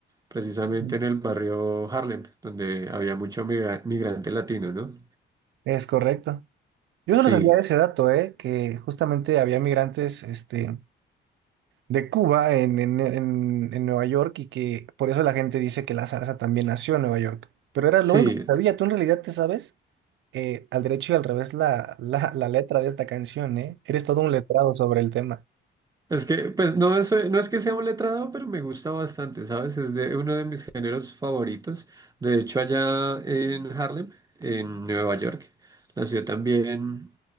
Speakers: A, on the right; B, on the right.
A: precisamente
B: Mm,
A: en el barrio Harlem, donde había mucho migra- migrante latino, ¿no?
B: Es correcto. Yo
A: Sí,
B: solo sabía ese dato, ¿eh? Que justamente había migrantes, este, de Cuba en, en, en, en Nueva York y que por eso la gente dice que la salsa también nació en Nueva York. Pero era
A: sí,
B: lo único que sabía. ¿Tú en realidad te sabes? eh, al derecho y al revés la, la, la letra de esta canción, ¿eh? Eres todo un letrado sobre el tema.
A: Es que, pues no es, no es que sea un letrado, pero me gusta bastante, ¿sabes? Es de uno de mis géneros favoritos. De hecho, allá en Harlem, en Nueva York, nació también